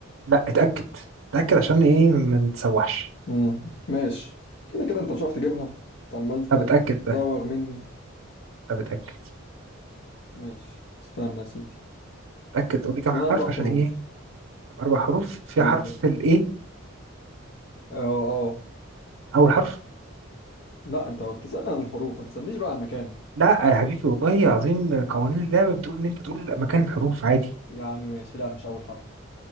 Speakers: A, on the right; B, on the left.
A: لا اتأكد اتأكد عشان ايه ما نتسوحش
B: مم. ماشي كده كده انت مش عارف تجيبها انت عمال
A: طب اتأكد
B: تزوغ
A: ده
B: مني
A: طب اتأكد
B: ماشي استنى يا سيدي
A: اتأكد قول لي كام
B: من
A: حرف
B: اربع
A: عشان
B: حروف
A: ايه اربع حروف فيها
B: بالظبط
A: حرف الايه
B: اه اه
A: اول حرف
B: لا انت بتسالني عن الحروف ما تسالنيش بقى عن مكانه
A: لا يا حبيبي والله عظيم قوانين اللعبة بتقول ان انت تقول مكان الحروف عادي
B: يا عم ماشي لا مش اول حرف